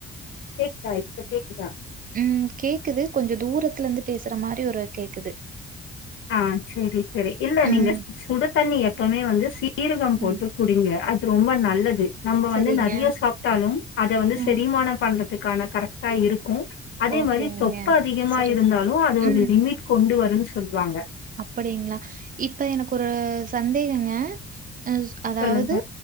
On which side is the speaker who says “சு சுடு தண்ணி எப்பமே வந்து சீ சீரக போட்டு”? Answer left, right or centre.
Left